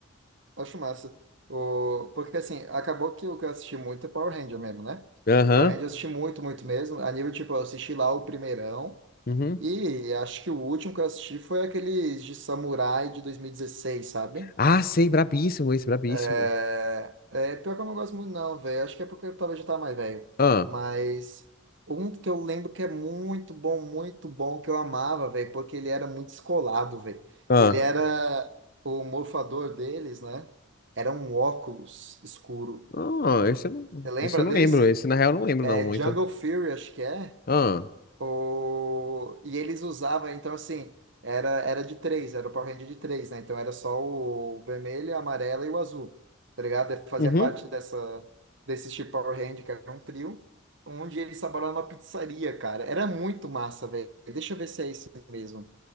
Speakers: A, on the right; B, on the left.
A: Acho massa. O... Porque assim, acabou que o que eu assisti muito é Power Ranger mesmo, né?
B: Aham.
A: Power Ranger eu assisti muito, muito mesmo. A nível, tipo, eu assisti lá o primeirão.
B: uhum.
A: E acho que o último que eu assisti foi aqueles de Samurai de 2016, sabe?
B: Ah, sei, brabíssimo esse, brabíssimo.
A: É, é, pior que eu não gosto muito, não, velho. Acho que é porque eu talvez já tá mais velho.
B: Ah,
A: Mas um que eu lembro que é muito bom, muito bom, que eu amava, velho, porque ele era muito descolado, velho.
B: ah.
A: Ele era o morfador deles, né? Era um óculos escuro.
B: Ah, esse eu não,
A: Você lembra
B: esse eu não
A: desse?
B: lembro. Esse, na real, eu não lembro,
A: É
B: não, muito.
A: Jungle Fury, acho que é.
B: Ah.
A: O... E eles usavam, então assim, era, era de três, era o Power Ranger de três, né? Então era só o vermelho, a amarela e o azul, tá ligado? Fazia
B: Uhum.
A: parte dessa, desse tipo Power Ranger, que era um trio, onde eles trabalhavam numa pizzaria, cara. Era muito massa, velho. Deixa eu ver se é esse mesmo.